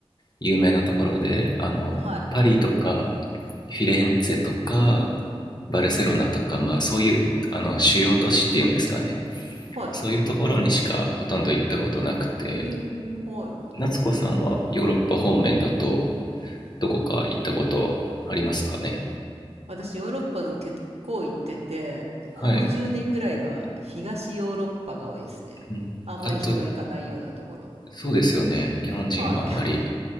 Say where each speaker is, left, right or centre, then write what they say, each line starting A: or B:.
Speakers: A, on the left (about 40°); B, on the right (about 80°).
A: 有名なところであのパリとか
B: はい。
A: フィレンツェとか
B: うん。
A: バルセロナとか、まあ、そういうあの主要都市っていうんですかね
B: うん。はい。
A: そういうところにしかほとんど行ったことなくて
B: えー、はい。
A: 夏子さんはヨーロッパ方面だとどこか行ったことありますかね
B: 私、ヨーロッパの結構行ってて、この10年ぐらいは東ヨーロッパが多いですね。
A: はい、うん、
B: あんまり人が行かないようなところ。
A: たとそうですよね日本人はあんまり
B: はい。